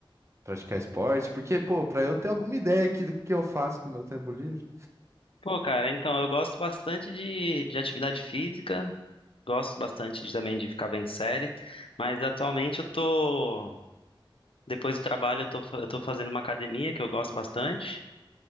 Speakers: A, on the right (about 30°); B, on the left (about 80°).
A: Praticar esporte? Porque, pô, pra eu ter alguma ideia aqui do que eu faço com o meu tempo livre.
B: Pô, cara, então, eu gosto bastante de, de atividade física, gosto bastante de- também de ficar vendo série, mas atualmente eu tô, depois do trabalho, eu tô, fa- eu tô fazendo uma academia que eu gosto bastante.